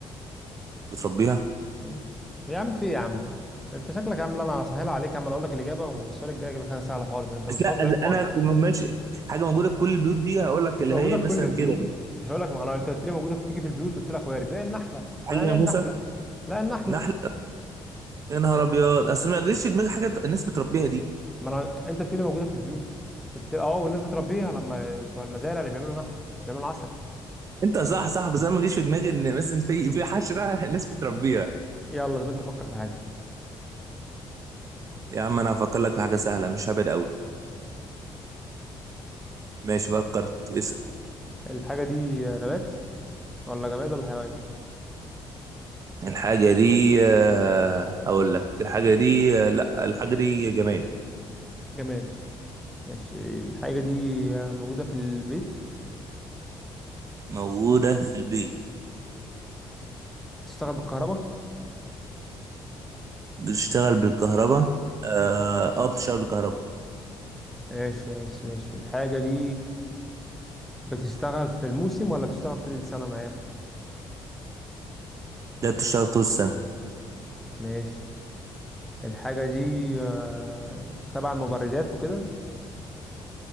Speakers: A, on the right (about 35°); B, in the centre.
A: بتربيها
B: مم. يا عم في إيه يا عم انت شكلك يا عم لا، انا هسهل عليك يا عم أنا اقول لك الاجابة والسؤال الجاي هيجيب لك حاجة سهلة خالص انت مستواك
A: بس لا
B: ضعيف
A: أز-
B: خالص
A: انا كنت ماشي حاجه موجوده في كل البيوت دي هقول لك
B: مش
A: اللي
B: موجودة
A: هي
B: في
A: مثلا
B: كل البيوت
A: كده
B: مش هقول لك ما انا انت قلت لي موجودة في تيجي في البيوت قلت لك وارد زي النحلة
A: حاجه
B: ما
A: ناموسه
B: هي النحلة لا النحلة
A: نحل يا نهار ابيض اصل ما جريش في دماغي حاجه الناس بتربيها دي
B: ما انا انت بتقولي موجوده في البيوت قلت لي اه والناس بتربيها لما بتوع المزارع اللي بيعملوا نحل بيعملوا عسل
A: انت صح صح بس انا ما جريش في دماغي ان مثلا في في حشره <laughs> الناس بتربيها
B: يلا طب انت فكر في حاجه
A: يا عم انا هفكر لك في حاجه سهله مش هبعد قوي ماشي فكرت اسال
B: الحاجه دي نبات ولا جماد ولا حيوان
A: الحاجه دي آه، هقول لك الحاجه دي آه، لا الحاجه دي جماد
B: جماد ماشي الحاجه دي موجوده في البيت
A: موجودة في البيت
B: بتشتغل بالكهرباء
A: بتشتغل بالكهرباء اه آه، بتشتغل بالكهرباء
B: ماشي ماشي ماشي الحاجه دي بتشتغل في الموسم ولا بتشتغل طول السنه معايا
A: لا بتشتغل طول السنة
B: ماشي الحاجه دي آه، تبع المبردات وكده